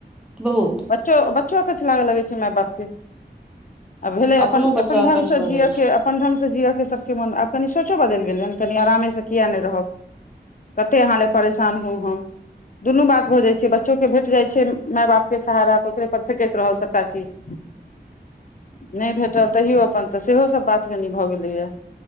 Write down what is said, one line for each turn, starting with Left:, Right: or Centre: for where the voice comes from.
Centre: बहुत
Left: बच्चो अकछ लागे लगे छै माय बाप के आ भेलै अपन
Centre: अपनो बच्चा
Left: अपन ढंग
Centre: अकछ
Left: से
Centre: भऽ
Left: जियै
Centre: जाइ छै
Left: के अपन ढंगगसँ जिऽके सभके मोन आब कनि सोचो बदलि गेलै हँ कनि आरामेसँ किया नहि रहब कते अहाँ ले परेशान होउ हम दुनू बात भऽ जाइत छै बच्चोकेँ भेट जाइत छै माय बापके सहारा तऽ ओकरे पर फेेकैत रहल सभटा चीज नहि भेटल तैयो अपन तऽ सेहो सभ बात कनि भऽ गेलैए